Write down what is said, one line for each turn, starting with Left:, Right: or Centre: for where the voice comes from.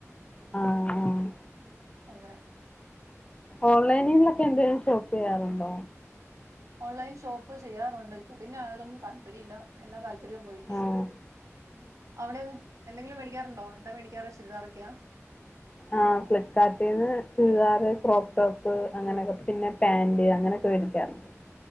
Left: ആഹ് ആഹ്
Right: അങ്ങനെ
Left: ഓൺലൈനൊക്കെ എന്തെലും ഷോപ്പ് ചെയ്യാറുണ്ടോ
Right: ഓൺലൈൻ ഷോപ്പ് ചെയ്യാറുണ്ടരിക്കും പിന്നെ അതിലൊന്നും ത താല്പര്യാല്ല എല്ലാ താല്പര്യവും പോയി
Left: ആഹ്
Right: അവിടെ എന്തെങ്കിലും മേടിക്കാറുണ്ടോ എന്താ മേടിക്കാറ് ചുരിദാറൊക്കെയാ
Left: ആ ഫ്ലിപ്കാർട്ടിൽന്ന് ചുരിദാറ് ക്രോക്ക് ടോപ്പ് അങ്ങനെയക്കെ പിന്നെ പാന്റ് അങ്ങനെയൊക്കെ മേടിക്കാറുണ്ട്